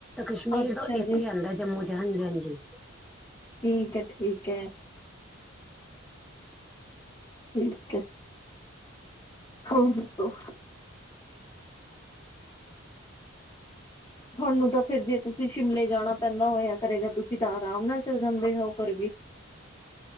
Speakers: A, in the centre; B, on the left.
A: ਕਸ਼ਮੀਰ
B: ਅੱਛਾ
A: ਤੋਂ ਏਥੇ
B: ਜੀ
A: ਆਂਦਾ ਜੰਮੂ ਚ ਹਾਂਜੀ-ਹਾਂਜੀ।
B: ਠੀਕ ਐ-ਠੀਕ ਐ। ਠੀਕ ਐ। ਹੋਰ ਦੱਸੋ ਥੋਨੂੰ ਤਾਂ ਫੇਰ ਜੇ ਤੁਸੀ ਸ਼ਿਮਲੇ ਜਾਨਾ ਪੈਂਦਾ ਹੋਏਆ ਕਰੇਗਾ ਤੁਸੀ ਤਾਂ ਅਰਾਮ ਨਾਲ ਚੱਲ ਜਾਂਦੇ ਹੋ ਕਰ ਵੀ।